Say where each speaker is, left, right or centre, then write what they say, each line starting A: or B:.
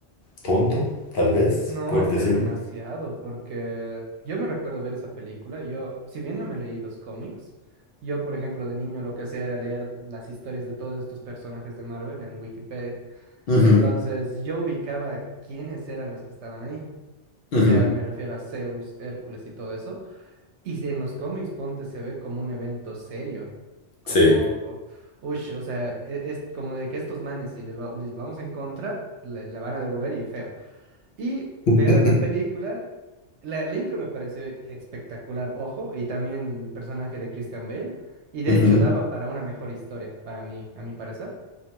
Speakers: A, on the left; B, on the right.
A: tonto, tal vez,
B: No,
A: por
B: es
A: decirlo.
B: que es demasiado, porque yo me recuerdo ver esa película y yo, si bien no me leí los cómics, yo, por ejemplo, de niño lo que hacía era leer las historias de todos estos personajes de Marvel en Wikipedia.
A: Ujú,
B: Entonces, yo ubicaba quiénes eran los que estaban ahí. O
A: ujú,
B: sea, me refiero a Zeus, Hércules y todo eso. Y si en los cómics, ponte, se ve como un evento serio, como,
A: Sí.
B: ush, o sea, e- es, como de que estos manes, si le va- les vamos en contra, le, le van a devolver y feo. Y
A: <laughs>
B: veo en la película, la, la intro me pareció espectacular, ojo, y también el personaje de Christian Bale, y de
A: Ujú,
B: hecho daba para una mejor historia, para mí, a mi parecer.